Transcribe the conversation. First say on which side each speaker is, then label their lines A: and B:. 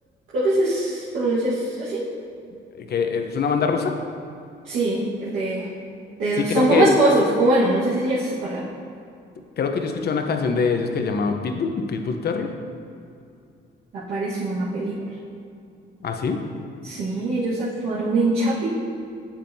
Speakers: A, on the right (about 85°); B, on the left (about 55°).
A: creo que se s- pronuncia as- así.
B: eh, que es una banda rusa.
A: Sí, de, de,
B: Sí,
A: son
B: creo
A: como
B: que
A: esposos, o bueno, no sé si ya se separaron.
B: Creo que yo escuché una canción de ellos que se llamaba Pitbull, Pitbull Terrier.
A: Apareció en una película.
B: ¿Ah, sí?
A: Sí, ellos actuaron en Chapi